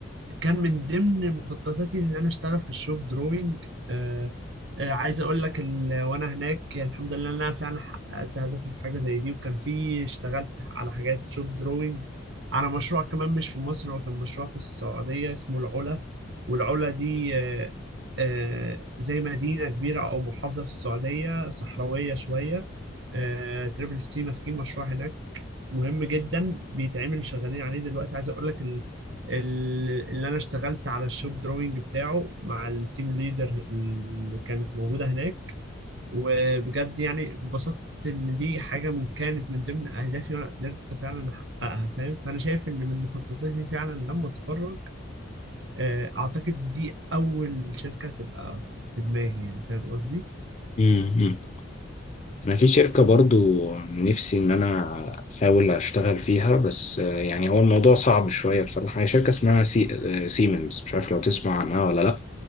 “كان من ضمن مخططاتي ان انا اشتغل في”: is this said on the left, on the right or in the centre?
Right